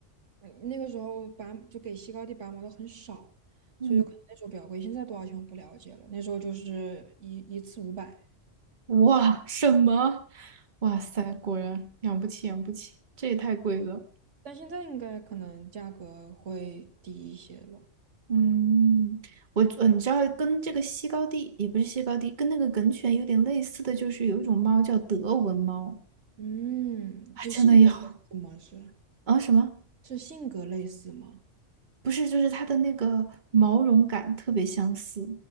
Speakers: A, on the right; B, on the right.
A: 嗯那个时候拔就给西高地拔毛的很少，
B: 嗯，
A: 所以就可能那时候比较贵。现在多少钱我不了解了，那时候就是一一次五百，
B: 哇，什么？哇塞，果然养不起，养不起，这也太贵了。
A: 但现在应该可能价格会低一些了。
B: 嗯，我呃你知道跟这个西高地也不是西高地，跟那个梗犬有点类似的就是有一种猫叫德文猫，
A: 嗯，
B: 啊，
A: 就性格类似吗？
B: 真的也好
A: 是
B: 啊什么？
A: 是性格类似吗？
B: 不是，就是它的那个毛绒感特别相似。